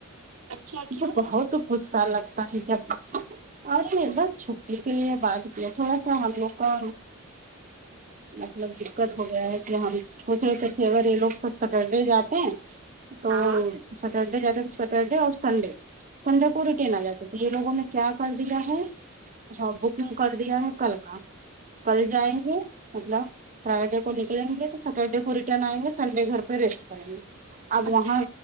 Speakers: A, on the right; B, on the right.
A: اچھا
B: ان
A: کیوں
B: کو بہت
A: ہاں
B: غصہ لگتا ہے جب ارے ایک بار چھٹی کے لیے بات کیا تھوڑا سا ہم لوگ کا مطلب دقت ہو گیا ہے کہ ہم سوچے اگر یہ لوگ سب سٹرڈے جاتے ہیں تو
A: ہاں
B: سٹرڈے جاتا تھا سٹرڈے اور سنڈے سنڈے کو ریٹین آ جاتے یہ لوگوں نے کیا کر دیا ہے ہاں بکنگ کر دیا ہے کل کا کل جائیں گے مطلب فرائیڈے کو نکلیں گے تو سٹرڈے کو ریٹرن آئیں گے سنڈے گھر پہ ریسٹ کریں گے اب وہاں
A: اچھا